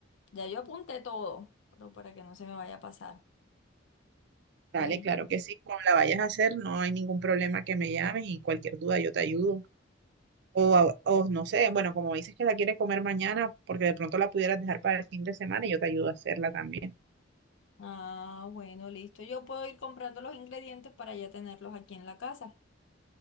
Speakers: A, on the left; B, on the right.
A: ya yo apunté todo, pero para que no se me vaya a pasar.
B: Dale,
A: Oye.
B: claro que sí, cuando la vayas a hacer, no hay ningún problema que me llames y cualquier duda yo te ayudo. O, a- o no sé, bueno, como dices que la quieres comer mañana, porque de pronto la pudieras dejar para el fin de semana y yo te ayudo a hacerla también.
A: Ah, bueno, listo. Yo puedo ir comprando los ingredientes para ya tenerlos aquí en la casa.